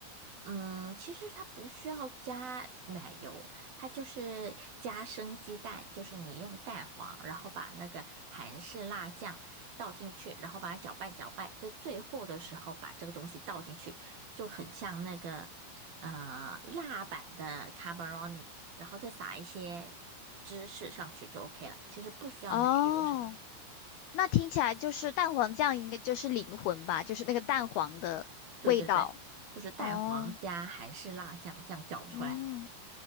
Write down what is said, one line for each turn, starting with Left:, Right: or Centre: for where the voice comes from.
Right: 嗯，其实它不需要加奶油，它就是加生鸡蛋，就是你用蛋黄，然后把那个韩式辣酱倒进去，然后把它搅拌搅拌，在最后的时候把这个东西倒进去，就很像那个呃辣版的 carbonara，然后再撒一些芝士上去就 OK 了。其实不需要奶油什么的。
Left: 哦，那听起来就是蛋黄酱应该就是灵魂吧，就是那个蛋黄的味道。
Right: 对对对，就是蛋黄加韩式辣酱这样搅出来。
Left: 哦，嗯，